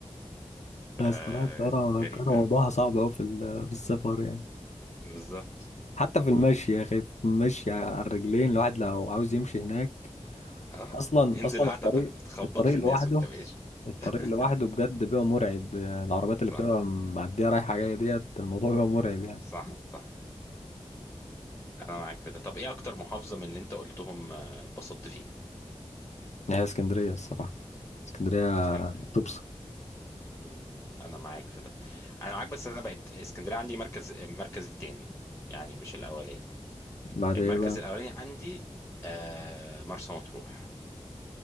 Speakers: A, on the left (about 80°); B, on the left (about 20°).
A: لا،
B: آه
A: الصراحه الطياره
B: غريب
A: الطياره موضوعها
B: قوي
A: صعب قوي في ال- في السفر يعني
B: بالظبط
A: حتى
B: بالظبط
A: في المشي يا اخي في المشي على الرجلين الواحد لو عاوز يمشي هناك
B: اه
A: اصلا
B: انزل
A: اصلا
B: عتبه
A: الطريق
B: تخبط
A: الطريق
B: في
A: لوحده
B: الناس وانت ماشي
A: الطريق
B: <laughs>
A: لوحده بجد بيبقى مرعب العربيات اللي
B: صح
A: بتبقى معديه رايحه جايه ديت الموضوع بيبقى مرعب يعني
B: صح صح انا معاك في ده طب ايه اكتر محافظة من اللي انت قلتهم آه، اتبسطت فيها
A: هي اسكندريه الصراحه اسكندريه
B: اسكندرية
A: تبص
B: مم. انا معاك في ده انا معاك بس انا بقت اسكندرية عندي مركز المركز التاني يعني مش الاولاني
A: بعد
B: المركز
A: ايه بقى
B: الاولاني عندي آه مرسى مطروح